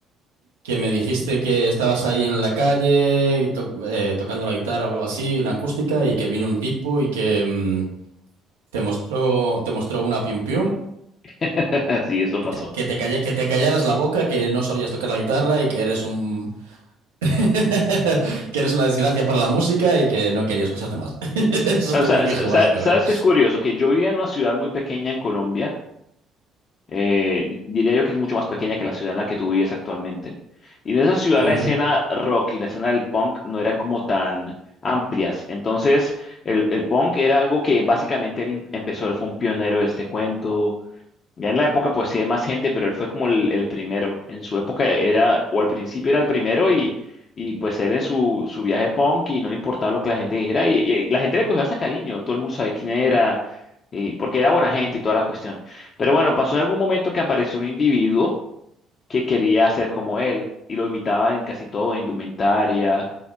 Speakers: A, on the right; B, on the left.
A: que me dijiste que estabas ahí en la calle to- eh, tocando la guitarra o algo así, una acústica, y que vino un tipo y que mm, te mostró, te mostró una pium pium,
B: <laughs> Sí, eso pasó.
A: y te- que te calla- que te callaras la boca, que no sabías tocar la guitarra y que eres un <laughs> que eres una desgracia para la música y que no quería escucharte más. <laughs> Eso
B: O
A: te
B: sea,
A: dijo
B: sa- sa-
A: básicamente.
B: ¿sabes qué es curioso? Que yo vivía en una ciudad muy pequeña en Colombia, eh, di- diría yo que es mucho más pequeña que la ciudad en la que tú vives actualmente. Y en esa ciudad
A: Ujú,
B: la escena rock y la escena del punk no eran como tan amplias. Entonces, el, el punk era algo que básicamente él em- empezó, él fue un pionero de este cuento Ya en la época pues sí hay más gente, pero él fue como el, el primero. En su época era, o al principio era el primero y, y pues él en su, su viaje punk y no le importaba lo que la gente dijera y, y la gente le cogió hasta cariño, todo el mundo sabía quién era, y, porque era buena gente y toda la cuestión. Pero bueno, pasó en algún momento que apareció un individuo que quería ser como él y lo imitaba en casi todo, en indumentaria,